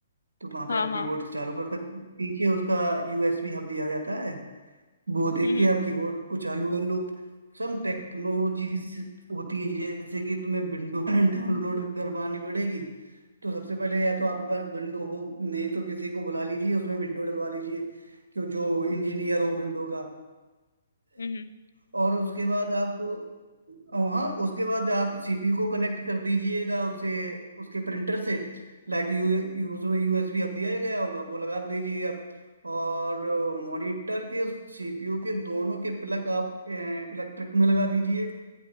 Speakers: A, on the right (about 85°); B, on the left (about 80°).
A: तो वहां
B: हाँ
A: पे आप
B: हाँ
A: कीबोर्ड चालू कर सकते हो। पीछे उसका यूएसबी हब दिया जाता है वो देख
B: हम्म
A: के आप कीबोर्ड को चालू कर लो सम टेक्नोलॉजीज होती है जैसे कि तुम्हें विंडो डाउनलोड <laughs> करवानी पड़ेगी तो सबसे पहले या तो आपके पास विंडो हो नहीं तो किसी को बुला लीजिए उसमें विंडो डलवा लीजिए कि जो इंजीनियर हो विंडो का
B: हम्म हम्म।
A: और उसके बाद आप हाँ उसके बाद आप सीपीयू को कनेक्ट कर दीजिएगा उससे उसके प्रिंटर से लाइक यू, यू उसमें यूएसबी हब दिया गया होगा वो लगा दीजिए आप और मॉनिटर के सीपीयू के दोनों के प्लग आप इलेक्ट्रिक में लगा दीजिए